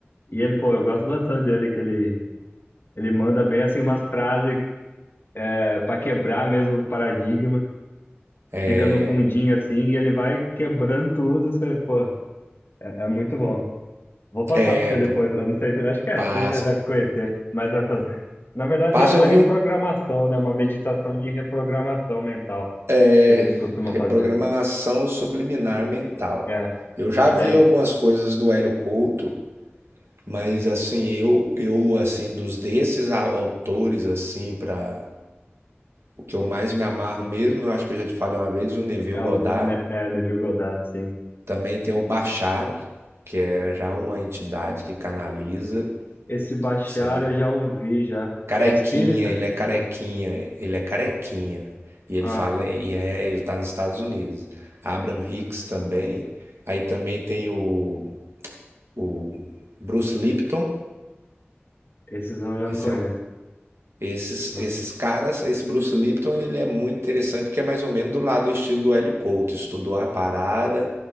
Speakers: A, on the left; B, on the right.
A: e ele, pô, eu gosto bastante dele, que ele, ele manda bem assim umas frases é, para quebrar mesmo o paradigma,
B: É,
A: fica no fundinho assim, e ele vai quebrando tudo, você, pô, é, é muito bom. Vou passar
B: é,
A: para você depois, eu não sei se, acho que é,
B: passa.
A: você já deve conhecer, mas essas, na verdade
B: Passa,
A: é uma
B: eu vi
A: reprogramação,
B: um,
A: né, uma meditação de reprogramação mental
B: é,
A: que ele costuma
B: reprogramação
A: fazer.
B: subliminar mental.
A: É,
B: Eu já
A: e
B: vi
A: daí
B: algumas coisas do Hélio Couto, Mas assim, eu eu assim dos desses a- autores assim para o que eu mais me amarro mesmo, eu acho que eu já te falei uma vez, o Neville
A: é
B: Goddard,
A: o Ne- é, Neville Goddard, sim.
B: também tem o Bachar, que é já uma entidade que canaliza
A: Esse Bashar
B: isso aí.
A: eu já ouvi, já.
B: Carequinha,
A: É espírita?
B: ele é carequinha,
A: Ah,
B: ele é carequinha. E ele
A: ah,
B: fala e é, ele tá nos Estados Unidos. Abraham Hicks também. Aí também tem o, o Bruce Lipton,
A: esses eu já
B: esse
A: não conheço.
B: é Esses,
A: Ah,
B: esses caras, esse Bruce Lipton, ele é muito interessante porque é mais ou menos do lado do estilo do Hélio Couto. Estudou a parada